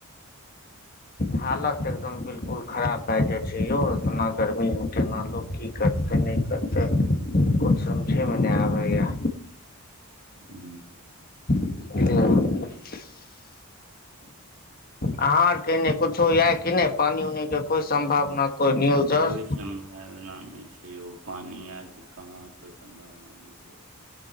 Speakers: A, on the left; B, on the right.
A: हालत एकदम बिलकुल खराब भए जाइ छै यौ <unintelligible> गर्मीमे केना लोक की करतै नै करतै कुछ समझयमे नै आबैए।
B: ह्म।
A: <unintelligible> अहा आर के एने कुछो य कि नै पानि उनी के कोइ सम्भावना। कोई न्यूज
B: कोइ
A: आर
B: सम्भावना नै छै यौ पानि आरके कहाँ कोइ सम्भावना बु